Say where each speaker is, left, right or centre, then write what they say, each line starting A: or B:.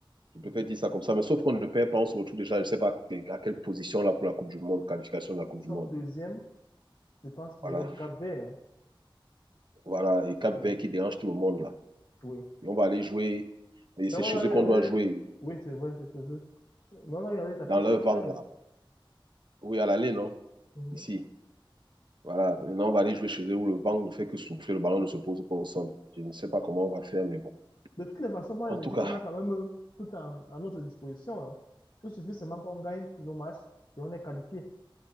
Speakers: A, on the right (about 60°); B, on the left (about 50°).
A: Je préfère
B: Mhm.
A: dire ça comme ça, mais sauf qu'on ne perd pas, on se retrouve déjà, je ne sais pas à quelle position là pour la Coupe du Monde, qualification de la
B: Nous
A: Coupe
B: sommes
A: du Monde.
B: deuxième, je pense, derrière
A: Voilà,
B: le Cap-Vert.
A: voilà. Et Cap
B: Oui,
A: Vert qui dérange tout le monde là.
B: oui.
A: Et on va aller jouer, et
B: Mais
A: c'est
B: on
A: chez
B: a
A: eux
B: eu
A: qu'on
B: à l'aise-
A: doit jouer,
B: Oui, c'est vrai, c'est c'est ça. Mais on a eu à l'aise à
A: dans
B: P4-1.
A: leur vent là. Oui, à l'aller, non
B: Mhm.
A: Ici. Voilà, maintenant on va aller jouer chez eux où le vent ne fait que souffler, le ballon ne se pose pas au sol. Je ne sais pas comment on va faire, mais bon.
B: De toutes les façons, moi,
A: En
B: il me
A: tout
B: dit
A: cas,
B: qu'on a quand même euh, tout en- à, notre disposition. hein. Il suffit seulement qu'on gagne nos matchs et on est qualifié.